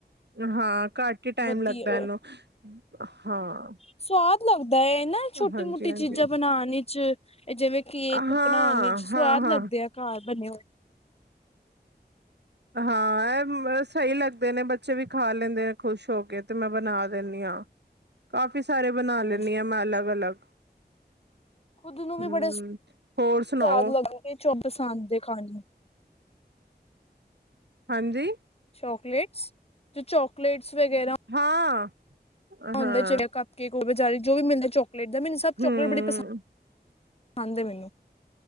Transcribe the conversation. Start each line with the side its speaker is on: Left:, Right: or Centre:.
Right: ਹਾਂ ਘੱਟ ਹੀ ਟਾਈਮ
Left: ਵਧੀਆ
Right: ਲੱਗਦਾ ਇਹਨੂੰ ਹਾਂ।
Left: ਸਵਾਦ ਲੱਗਦਾ ਏ। ਨਾ ਛੋਟੀ
Right: ਹਾਂਜੀ
Left: -ਮੋਟੀ
Right: ਹਾਂਜੀ
Left: ਚੀਜ਼ਾਂ ਬਣਾਉਣ ਇਚ ਇਹ ਜਿਵੇਂ ਕੇਕ
Right: ਹਾਂ
Left: ਬਣਾਉਣ ਇਚ' ਸਵਾਦ
Right: ਹਾਂ ਹਾਂ
Left: ਲੱਗਦੇ ਆ। ਘਰ ਬਣੇ ਹੋਣ।
Right: ਹਾਂ। ਇਹ ਸਹੀ ਲੱਗਦੇ ਨੇ ਬੱਚੇ ਵੀ ਖਾ ਲੈਂਦੇ ਨੇ ਖੁਸ਼ ਹੋ ਕੇ ਤੇ ਮੈਂ ਬਣਾ ਦਿੰਦੀ ਹਾਂ। ਕਾਫੀ ਸਾਰੇ ਬਣਾ
Left: ਹਾਂਜੀ
Right: ਲੈਂਣੀ ਆ ਮੈਂ ਅਲੱਗ -ਅਲੱਗ।
Left: ਖੁਦ ਨੂੰ ਵੀ
Right: ਹਮ
Left: ਬੜੇ ਸਵਾਦ
Right: ਹੋਰ ਸੁਣਾਓ
Left: ਲੱਗਦੇ ਜੋ ਪਸੰਦ ਦੇ ਖਾਣੇ।
Right: ਹਾਂਜੀ।
Left: ਚਾਕਲੇਟਸ ਜੋ ਚਾਕਲੇਟਸ ਵਗੈਰਾ
Right: ਹਾਂ।
Left: ਆਉਂਦੇ
Right: ਹਾਂ
Left: ਜ ਕਪ ਕੇਕ ਉਹ ਬਜ਼ਾਰੀ ਜੋ ਵੀ ਮਿਲਦੇ ਚ' ਚੋਕਲੇਟ ਦਾ ਮੈਨੂੰ ਸਭ
Right: ਹਮ
Left: ਚੋਕਲੇਟ ਬੜੀ ਪਸੰਦ, ਪਸੰਦ ਹੈ ਮੈਨੂੰ।